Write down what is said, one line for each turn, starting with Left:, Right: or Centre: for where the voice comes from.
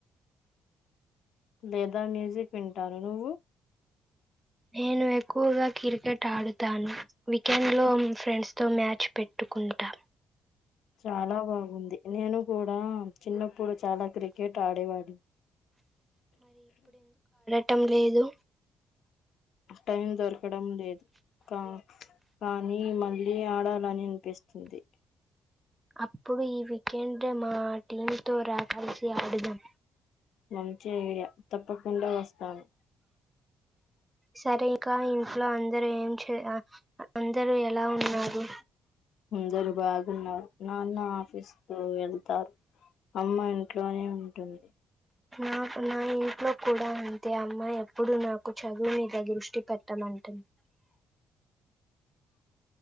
Left: లేదా మ్యూజిక్ వింటాను నువ్వు
Right: నేను ఎక్కువగా క్రికెట్ ఆడుతాను వీకెండ్ లో ఫ్రెండ్స్ తో మ్యాచ్ పెట్టుకుంటా
Left: చాలా బాగుంది నేను కూడా చిన్నప్పుడు చాలా క్రికెట్ ఆడేవాడు
Right: టం లేదు
Left: టైం దొరకడం లేదు కా కానీ మళ్ళీ ఆడాలని అనిపిస్తుంది
Right: అప్పుడు ఈ వీకెండ్ మా టీమ్ త్వ రా కలిసి చేద్దాం
Left: మంచి ఐడియా తప్పకుండ వస్తాను
Right: సరే ఇక ఇంట్లో అందరుూ ఏం చే అందరూ ఎలా ఉన్నారు
Left: జరు బాగున్నా నాన్న ఆఫీస్ కు వెళ్తారు అమ్మ ఇంట్లోనే ఉంటుంది
Right: నాకు నా ఇంట్లో కూడా అంతే అమ్మ ఎప్పుడు నాకు చదువు మీద దృష్టి పెట్టనంటుంది